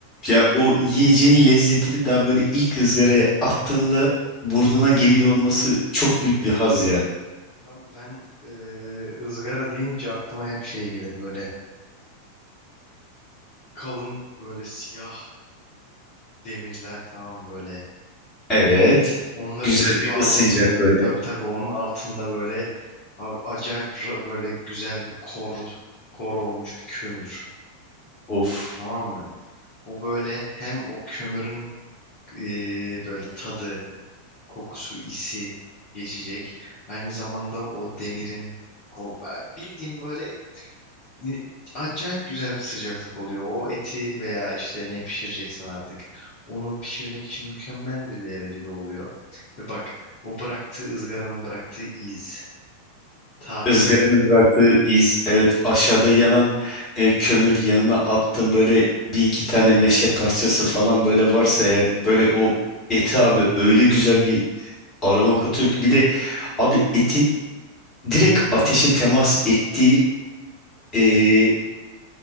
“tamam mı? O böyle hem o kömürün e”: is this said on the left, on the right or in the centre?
Left